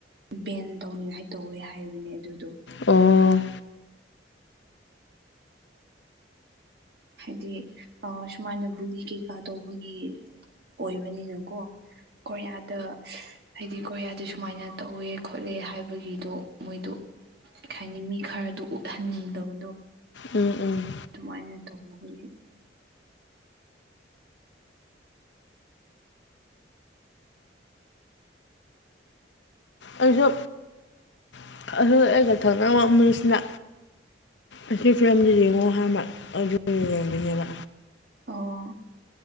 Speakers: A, on the right; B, on the left.
A: ꯕꯦꯟ ꯇꯧꯅꯤꯡꯉꯥꯏ ꯇꯧꯋꯦ ꯍꯥꯏꯕꯅꯦ ꯑꯗꯨꯗꯣ
B: ꯑꯣ
A: ꯍꯥꯏꯗꯤ ꯑ ꯁꯨꯃꯥꯏꯅ ꯕꯨꯂꯤ ꯀꯩꯀꯥ ꯇꯧꯕꯒꯤ ꯑꯣꯏꯕꯅꯤꯅꯀꯣ ꯀꯣꯔꯤꯌꯥꯗ ꯍꯥꯏꯗꯤ ꯀꯣꯔꯤꯌꯥꯗ ꯁꯨꯃꯥꯏꯅ ꯇꯧꯋꯦ ꯈꯣꯠꯂꯦ ꯍꯥꯏꯕꯒꯤꯗꯣ ꯃꯣꯏꯗꯣ ꯀꯩ ꯍꯥꯏꯅꯤ ꯃꯤ ꯈꯔꯗꯨ ꯎꯠꯍꯟꯅꯤꯡꯗꯕꯗꯣ
B: ꯎꯝ ꯎꯝ
A: ꯗꯨꯃꯥꯏꯅ ꯇꯧꯕꯒꯤ
B: ꯑꯩꯖꯨ <unintelligible> ꯑꯩꯒ ꯊꯪꯅꯕ ꯃꯤꯁꯤꯅ ꯑꯁꯤ ꯐꯤꯂꯝꯖꯦ ꯌꯦꯡꯉꯣ ꯍꯥꯏꯕ ꯑꯗꯨ ꯌꯦꯡꯕꯅꯦꯕ
A: ꯑꯣ